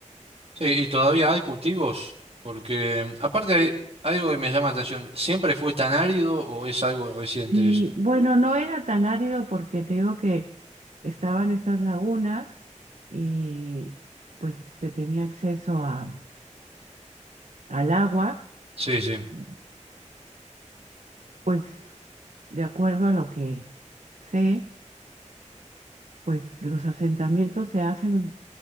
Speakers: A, on the right (about 50°); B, on the right (about 70°).
A: Sí, y todavía hay cultivos, porque em, aparte hay algo que me llama la atención, ¿siempre fue tan árido o es algo reciente
B: Sí,
A: eso?
B: bueno, no era tan árido porque te digo que estaban estas lagunas y pues se tenía acceso a, al agua.
A: Sí, sí,
B: y, Pues de acuerdo a lo que sé, pues los asentamientos se hacen